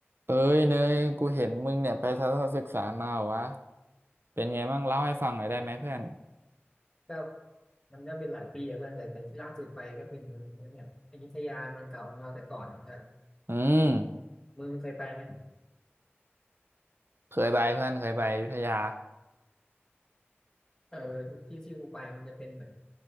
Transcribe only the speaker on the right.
เอ้ยเนยกูเห็นมึงเนี่ยไปทัศนศึกษามาเหรอวะเป็นไงบ้างเล่าให้ฟังหน่อยได้ไหมเพื่อน
อืม
เคยไปเพื่อนเคยไปอยุธยา